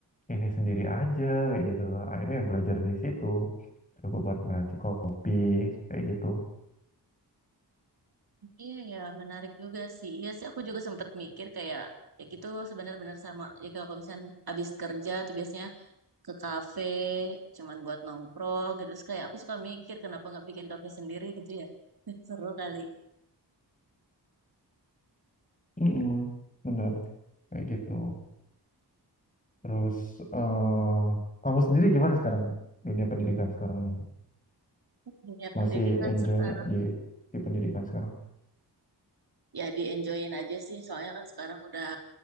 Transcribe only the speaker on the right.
Iya ya menarik juga sih. Iya sih aku juga sempat mikir kayak ya gitu sebenarnya benar sama. Ya kalau misalnya habis kerja tuh biasanya ke kafe cuman buat nongkrong gitu. Terus kayak aku suka mikir kenapa nggak bikin kafe sendiri gitu ya. <laughs> Seru kali.
Dunia
pendidikan
sekarang
ya di enjoyin aja sih. Soalnya kan sekarang udah